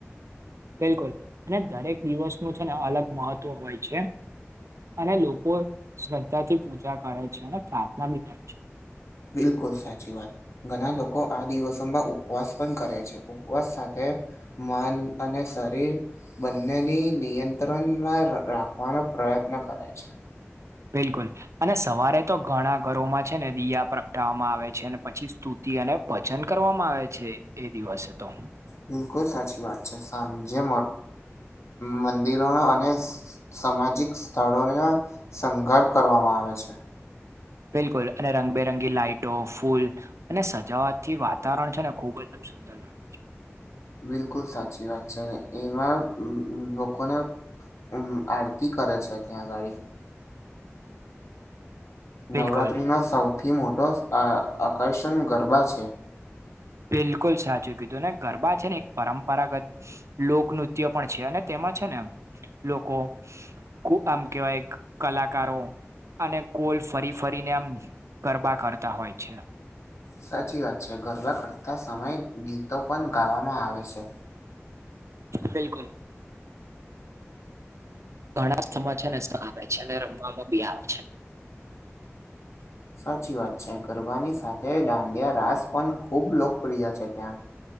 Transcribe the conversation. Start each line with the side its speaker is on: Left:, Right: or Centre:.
Right: બિલકુલ અને દરેક દિવસ નું છે ને અલગ મહત્વ હોય છે. અને લોકો શ્રદ્ધાથી પૂજા કરે છે અને પ્રાર્થના બી કરે છે.
Left: બિલકુલ સાચી વાત. ઘણા લોકો આ દિવસોમાં ઉપવાસ પણ કરે છે ઉપવાસ સાથે. મન અને શરીર બંનેની. નિયંત્રણમાં રાખ રાખવાનો પ્રયત્ન કરે છે.
Right: બિલકુલ અને સવારે તો ઘણા ઘરોમાં છે ને દીયા પ્રગટાવવામાં આવે છે અને પછી સ્તુતિ અને ભજન કરવામાં આવે છે એ દિવસે તો
Left: બિલકુલ સાચી વાત છે સાજે મંદિરો અને સામાજિક સ્થળોના સંઘર્ષ કરવામાં આવે છે.
Right: બિલકુલ અને રંગબેરંગી લાાઈટો ફૂલ અને સજાવાથી વાતાવરણ છે ને ખુબ જ ખુબ સુંદર લાગ
Left: બિલકુલ સાચી વાત છે એમાં લોકોને ઉમ આરતી કરે છે ત્યાં ગાડી
Right: બિલકુલ
Left: નવરાત્રીનો સૌથી મોટો અ આકર્ષણ ગરબા છે.
Right: બિલકુલ સાચું કીધું ને ગરબા છે ને એક પરંપરાગત લોકનૃત્ય પણ છે અને તેમાં છે ને લોકો ખૂબ આમ કેવાય કલાકારો અને ગોલ ફરી ફરીને આમ ગરબા કરતા હોય છે.
Left: સાચી વાત છે ગરબા કરતાં સમયે ગીતો પણ ગાવામાં આવે છે.
Right: બિલકુલ ઘણા સમાચાર ને સહ આવે છે અને રમવામાં બી આવે છે.
Left: સાચી વાત છે ગરબાની સાથે દાંડિયા રાસ પણ ખૂબ લોકપ્રિય છે ત્યાં